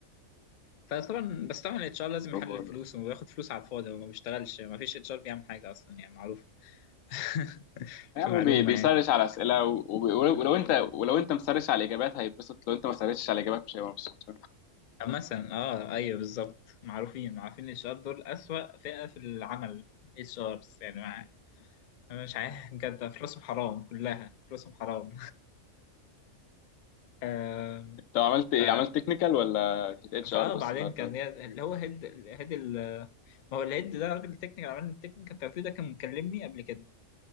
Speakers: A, on the left (about 70°); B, on the left (about 85°).
A: فطبعا بس طبعا الاتش ار لازم يحلل
B: هو
A: الفلوس
B: ده.
A: وياخد فلوس على الفاضي هو ما بيشتغلش ما فيش اتش ار بيعمل حاجه اصلا يعني معروف <laughs>
B: يعني
A: كمعلومه
B: هو بي- بيسرش
A: يعني
B: على اسئله و- وب- ولو ولو انت ولو انت مسرش على الاجابات هيتبسط لو انت ما سرشتش على الاجابات مش هيبقى مبسوط
A: أما مثلا اه ايوه بالظبط معروفين معروفين الاتش ار دول اسوأ فئه في العمل اتش ارز يعني مع... انا مش عارف <laughs> بجد فلوسهم حرام كلها فلوسهم حرام <laughs> آم،
B: طب عملت ايه
A: ف
B: عملت تكنيكال ولا كنت اتش
A: فاه
B: ار بس
A: بعدين
B: النهارده
A: كان
B: ولا
A: ليا- اللي هو هيد هيد ال- ما هو الهيد ده راجل تكنيكال عمل التكنيكال التوفيق ده كان مكلمني قبل كده